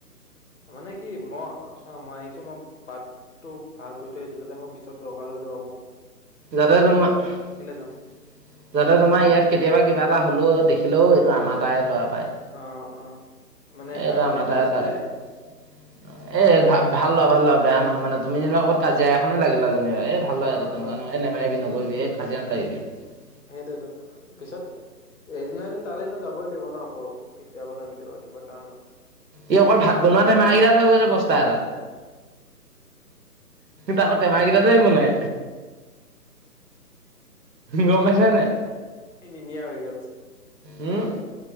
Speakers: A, on the left; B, on the right.
A: মানে কি মই চ মই আহিছোঁ মই বাটটো ভাল কৰি থৈ আহিছোঁ যাতে মই পিছত দৰকাৰ হয় জাব।
B: যাতে তোমাৰ যাতে
A: যাম
B: তোমাৰ ইয়াত কেতিয়াবা কিবা এটা হলেও দেখ দেখিলেও এইটো আমাৰ
A: অ
B: তাৰে লৰা পায়।
A: অ', অ', মানে
B: এইটো
A: আগত
B: আমাৰ
A: ইয়াতে
B: তাৰে
A: আছিলে
B: লৰা এ' ভাল লৰা ভাল লৰা বেয়া নহয় মানে তুমি
A: ভাল
B: যেনিবা
A: ন
B: কৰবাত কাজিয়ে এখনে লাগিলা যেনিবা এই ভাল নহয়
A: অ',
B: তেনেুৱা
A: অ',
B: নয় নমাৰিবি নকৰিবি এই কাজিয়া নলাগিবি <unintelligible>
A: সেইটোয়েতো পিছত এদিন নহয় এদিন তালৈ এনেও যাবই লাগিব ন আকৌ কেতিয়াবা ন কেতিয়াবা কিবা কাৰণত
B: ই, অকল ভাত বনোৱাতহে <unintelligible> হৈ গৈছে বস্তা এটাত।
A: <unintelligible> <unintelligible>
B: তাকো টেমাকেইটাতো একো নাই গম পাইছা নাই?
A: সেই নিনি আও সেই গিতা বস্তু।
B: উম,